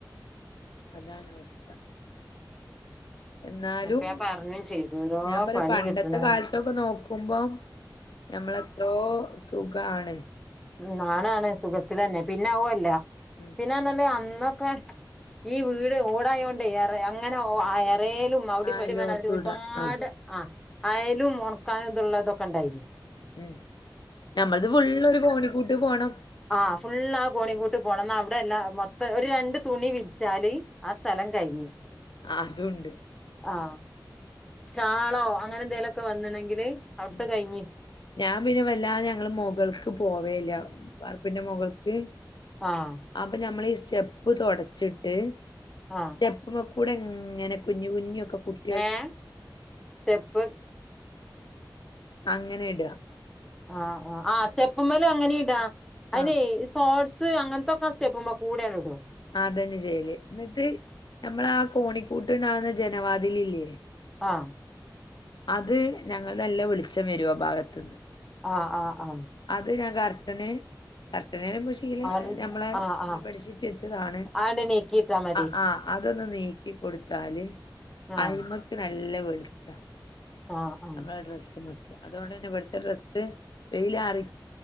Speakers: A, on the left; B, in the centre.
A: അതാണ് അവസ്ഥ എന്നാലും
B: അപ്പ ഞാൻ പറഞ്ഞും ചെയ്തു ഓരോ
A: ഞാൻ പറയ
B: പണി
A: പണ്ടത്തെ
B: കിട്ടണ
A: കാലത്ത് ത്തൊക്കെ നോക്കുമ്പോം ഞമ്മളെത്രോ സുഖാണ്
B: ഞാനാണ് സുഖത്തിലന്നെ പിന്നെ ആവല്ല
A: ഉമ്
B: പിന്നെന്ന പറഞ്ഞ അന്നൊക്കെ ഈ വീട് ഓടായോണ്ട് ഇറ അങ്ങനെ ഒ എറയിലും മവിടും
A: ആ
B: ഇവിടേം
A: എല്ലോടത്തൂട
B: അതിന് ഒരുപാട്
A: ആ
B: ആഹ് അയലും ഉണക്കാനുംള്ള ഇതൊക്കെ ഇണ്ടായിന്
A: ഉമ് നഞമ്മൾത് ഫുള്ളാരു കോണിക്കൂട്ട് പോണം
B: ആഹ് ഫുുള്ള ആ കോണി കൂട്ട് പോണം എന്ന അവിടെല്ലാ മൊത്തം ഒരു രണ്ട് തുണി വിരിച്ചാല് ആ സ്ഥലം കഴിഞ്ഞ്
A: ആ അതും ഉണ്ട്
B: ആഹ് ഷാളോ അങ്ങനെ എന്തേലൊക്കെ വന്ന്ണങ്കില് അവിടുത്തെ
A: ഉം
B: കഴിഞ്ഞു
A: ഞാൻ പിന്നെ വല്ലാതെ ഞങ്ങള് മുകൾക്ക് പോവേല്ല വാർപ്പിന്റെ മുകൾക്ക്
B: ആഹ്
A: അപ്പൊ ഞമ്മളീ ഈ സ്റ്റെപ്പ് തൊടച്ചിട്ട്
B: ആഹ്
A: സ്റ്റെപ്പ്മ്മക്കൂടെ ഇങ്ങനെ കുഞ്ഞ കുഞ്ഞൊക്കെ കുടീ
B: ഏ സ്റ്റെപ്പ്
A: അങ്ങനെ ഇട
B: ആ ആ ആ സ്റ്റപ്പ്മ്മല് അങ്ങനേം ഇടാ അയ്നെ
A: ആഹ്
B: സ് തോട്സ് അങ്ങൻത്തൊക്കെ സ്റ്റെപ്പുമ്മക്കൂടെ വെരൂ
A: അതെന്നെ ചെയ്യല് ന്ന്ട്ട് നമ്മളാ കോണിക്കൂട്ട്ണ്ടാവുന്ന ജനവാതിലില്ലേ
B: ആഹ്
A: അത് ഞങ്ങൾ നല്ല ളിച്ചം വെരും ആ ഭാഗത്ത്
B: ആ ആ ആ
A: അത് ഞാൻ കർട്ടന് <unintelligible>
B: ആഹ്
A: ഞമ്മളെ
B: ആഹ് ആഹ്
A: ഓര്
B: ആഹ്
A: പടിപ്പിച്ചെച്ചതാണ്
B: ആണ്ട് നീക്കിട്ടാ മ
A: അഹ് ആഹ് അതൊന്ന് നീക്കി കൊടുത്താല്
B: ആഹ്
A: അയ്മക്ക് നല്ല വെളിച്ചാ
B: ആഹ് ആഹ്
A: ഞമ്മളെ ഡ്രസ്സ്മ്മൊക്കെ അതോണ്ടെന്നെ ഇവ്ട്ത്തെ ഡ്രസ്സ് വെയിലാറി